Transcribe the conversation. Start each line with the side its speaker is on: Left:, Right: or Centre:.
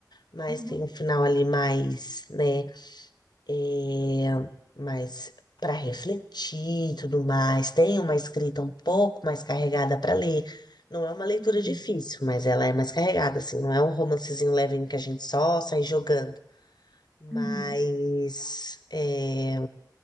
Left: mas
Right: uhum,
Left: tem um final ali mais, né? é, mas para refletir e tudo mais. Tem uma escrita um pouco mais carregada para ler. Não é uma leitura
Right: uhum,
Left: difícil, mas ela é mais carregada, assim. Não é um romancezinho levinho que a gente só sai jogando. Mas.
Right: Uhum.
Left: é,